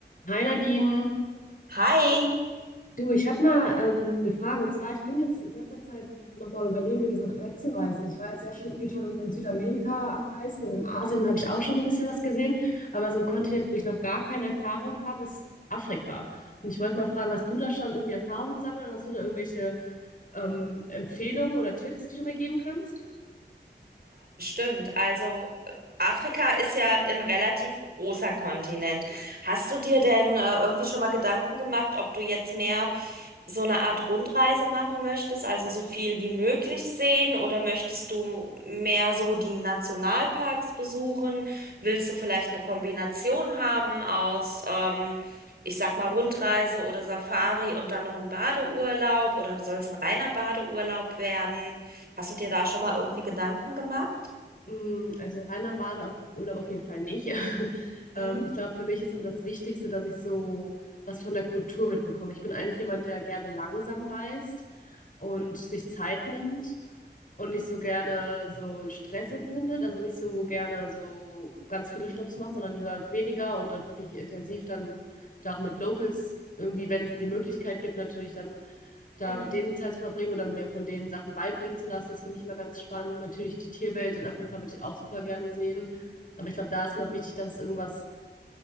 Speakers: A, on the left (about 50°); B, on the right (about 60°).
A: Hi Nadine,
B: Hi,
A: du, ich habe mal ähm, eine Frage und zwar, ich bin jetzt in letzter Zeit nochmal überlegen gewesen, wegzureisen. Ich war jetzt sehr schon, viel schon in Südamerika am Reisen und in Asien habe ich auch schon ein bisschen was gesehen, aber so ein Kontinent, wo ich noch gar keine Erfahrung habe, ist Afrika. Und ich wollte mal fragen, hast du da schon irgendwie Erfahrung gesammelt oder hast du da irgendwelche ähm, Empfehlungen oder Tipps, die du mir geben kannst?
B: stimmt. Also äh, Afrika ist ja ein relativ großer Kontinent. Hast du dir denn äh, irgendwie schon mal Gedanken gemacht, ob du jetzt mehr so eine Art Rundreise machen möchtest, also so viel wie möglich sehen, oder möchtest du mehr so die Nationalparks besuchen? Willst du vielleicht eine Kombination haben aus, ähm, ich sag mal, Rundreise oder Safari und dann noch ein Badeurlaub oder soll es ein reiner Badeurlaub werden? Hast du dir da schon mal irgendwie Gedanken gemacht?
A: Mm, Also reiner Badeurlaub auf jeden Fall nicht. <laughs> Ähm,
B: Mhm.
A: ich glaube, für mich ist immer das Wichtigste, dass ich so was von der Kultur mitbekomme. Ich bin eigentlich jemand, der gerne langsam reist und sich Zeit nimmt und nicht so gerne so Stress empfindet, also nicht so gerne so ganz viele Stops macht, sondern lieber weniger und dann wirklich intensiv dann da auch mit Locals irgendwie, wenn es die Möglichkeit gibt, natürlich dann da
B: Mhm.
A: mit denen Zeit zu verbringen oder mir von denen Sachen beibringen zu lassen. Das finde ich immer ganz spannend. Natürlich die Tierwelt in Afrika würde ich auch super gerne sehen. Aber ich glaube, da ist mir auch wichtig, dass es irgendwas